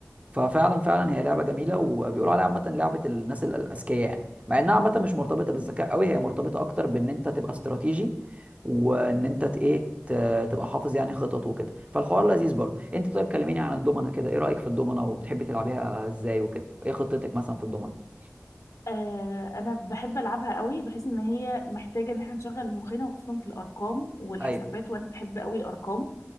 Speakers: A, on the right; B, on the left.
A: ففعلا فعلا هي لعبه جميله وبيقولوا عليها عامه لعبه الناس ال- الاذكياء يعني مع انها عامه مش مرتبطه بالذكاء قوي هي مرتبطه اكتر بان انت تبقى استراتيجي وان انت ت- ايه ت- تبقى حافظ يعني خطط وكده فالحوار لذيذ برضه انت طيب كلميني عن الضمنه كده ايه رايك في الضمنه وبتحبي تلعبيها ازاي وكده ايه خطتك مثلا في الضمنه
B: آه، انا بحب العبها قوي بحيث ان هي محتاجه ان احنا نشغل مخنا وخصوصا في الارقام والحسابات
A: ايوه
B: وانا بحب قوي الارقام